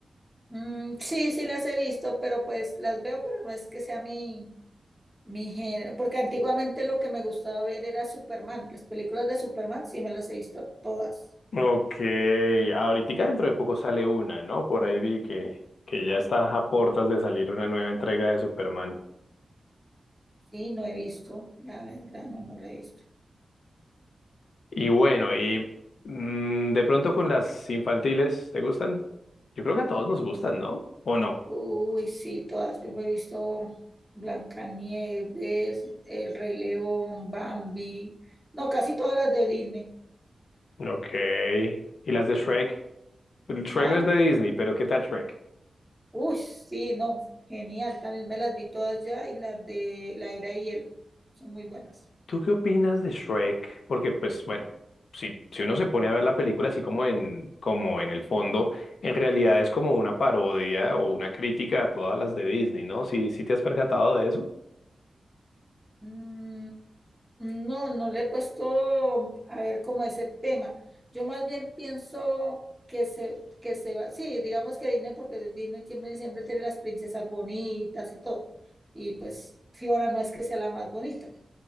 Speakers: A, in the centre; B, on the left.
A: Mm, sí, sí las he visto, pero pues las veo, pero no es que sea mi Mi género, porque antiguamente lo que me gustaba ver era Superman. Las películas de Superman sí me las he visto todas.
B: Ok, ahorita dentro de poco sale una, ¿no? Por ahí vi que, que ya está a portas de salir una nueva entrega de Superman.
A: Sí, no he visto, la verdad, no, no la he visto.
B: Y bueno, y mm, de pronto con las infantiles, ¿te gustan? Yo creo que a todos nos gustan, ¿no? ¿O no?
A: Uy, sí, todas. Yo me he visto Blancanieves, El Rey León, Bambi. No, casi todas las de Disney.
B: Ok. ¿Y las de Shrek? Shrek
A: Ah,
B: no es de Disney, pero ¿qué tal Shrek?
A: uy, sí, no, genial. También me las vi todas ya y las de La Era de Hielo. Son muy buenas.
B: ¿Tú qué opinas de Shrek? Porque, pues, bueno, si, si uno se pone a ver la película así como en, como en el fondo, en realidad es como una parodia o una crítica a todas las de Disney, ¿no? Si, si te has percatado de eso.
A: Mm, No, no le he puesto a ver como ese tema. Yo más bien pienso que se, que se va, sí, digamos que Disney, porque Disney siempre, siempre tiene las princesas bonitas y todo. Y pues Fiona no es que sea la más bonita,